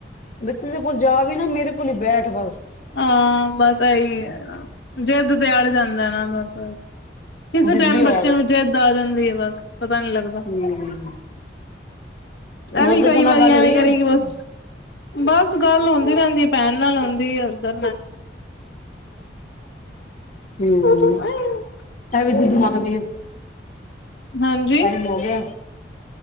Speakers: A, on the left; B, on the left.
A: ਵੀ ਕਿਸੇ ਕੋਲ ਜਾ ਵੀ ਨਾ, ਮੇਰੇ ਕੋਲ ਹੀ ਬੈਠ ਬਸ।
B: ਹਾਂ, ਬਸ ਇਹੀ ਹੈ। ਜ਼ਿਦ ਬੈਠ ਜਾਂਦਾ ਨਾ ਬਸ ਕਿਸੇ
A: ਜਿੱਦੀ
B: ਟਾਈਮ
A: ਹੋਇਆ
B: ਬੱਚੇ
A: ਵਾ
B: ਨੂੰ ਜਿੱਦ ਆ ਜਾਂਦੀ ਹੈ ਬਸ, ਪਤਾ ਨੀ ਲੱਗਦਾ।
A: ਹਮ
B: ਇਹ
A: ਹੋਰ
B: ਵੀ
A: ਕਿਸੇ
B: ਕਈ
A: ਨਾਲ
B: ਵਾਰੀ
A: ਗੱਲ ਹੋਈ
B: ਐਵੇਂ ਕਰੇਗੀ
A: ਹੈ
B: ਬਸ। ਬਸ ਗੱਲ ਹੁੰਦੀ ਰਹਿੰਦੀ ਹੈ ਭੈਣ ਨਾਲ ਹੁੰਦੀ ਹੈ ਡ
A: ਹਮ
B: <unintelligible>
A: <unintelligible>
B: ਹਾਂਜੀ
A: ਟਾਈਮ ਹੋ ਗਿਆ।